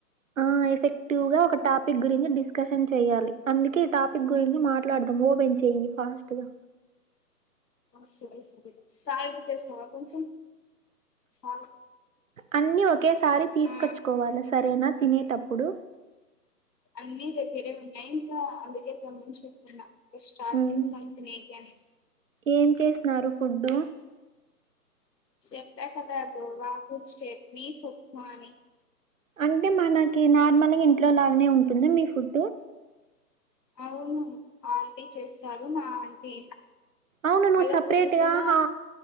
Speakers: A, on the right; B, on the left.
A: ఆ ఎఫెక్టివ్ గా ఒక టాపిక్ గురించి డిస్కషన్ చెయాలి అందుకే ఈ టాపిక్ గురించి మాట్లాడదాం ఓపెన్ చే చెయ్యి ఫాస్ట్గా
B: సరే సరే సాల్ట్ తెస్తావా కొంచం సాల్ట్
A: అన్నీ ఒకేసారి తీసుకొచ్చుకోవాలి
B: ఆ
A: సరేనా తినేటప్పుడు
B: అన్ని దగ్గరే ఉన్నాయి ఇంకా అందుకే తెమ్మని చెప్తున్నా స్టార్
A: మ్మ్
B: చేసాం తినకి అనేసి
A: ఏం చేసినారు ఫుడ్డు
B: చెప్ప కదా గోవాకు స్చట్నీ పప్పు అని
A: అంటే మనకి నార్మల్గా ఇంట్లో లాగానే ఉంటుంద మీ ఫుడ్
B: అవును ఆంటీ చేస్తారు మా ఆంటీ
A: అవును నువ్వు
B: వాళ్ళ
A: సపరేట్గ
B: కూతురు కూడా
A: హ